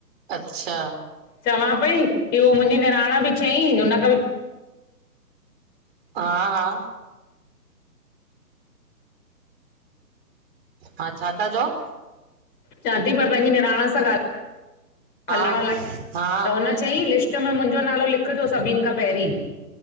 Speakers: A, on the right; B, on the left.
A: अच्छा
B: चवां पई कि उहो मुंहिंजी निराण बि चयईं हुन खां बि
A: हा हा हा, छा था चओ?
B: चां ती मां पैंजी निणान सां ॻाल
A: हा
B: -हलण लाए-
A: हा
B: त हुन चईं लिस्ट मां मुंजो नालो लिखजो सभिन खां पहिरीं